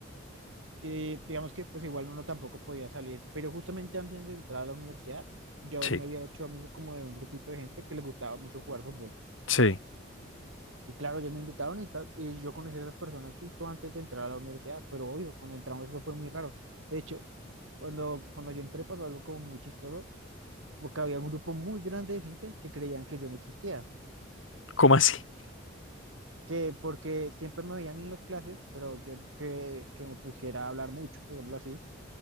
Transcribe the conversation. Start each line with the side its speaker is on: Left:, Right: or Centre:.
Right: y digamos que pues igual uno tampoco podía salir. Pero justamente antes de entrar a la universidad, yo
Left: Sí,
Right: me había hecho amigo como de un grupito de gente que les gustaba mucho jugar fútbol.
Left: sí.
Right: Y claro, ellos me invitaron y, tal, y yo conocí a esas personas justo antes de entrar a la universidad, pero obvio, cuando entramos eso fue muy raro. De hecho, cuando, cuando yo entré pasó algo como muy chistoso, porque había un grupo muy grande de gente que creían que yo no existía.
Left: ¿Cómo así?
Right: que porque siempre me veían en las clases, pero yo no es que, que me pusiera a hablar mucho, digámoslo así,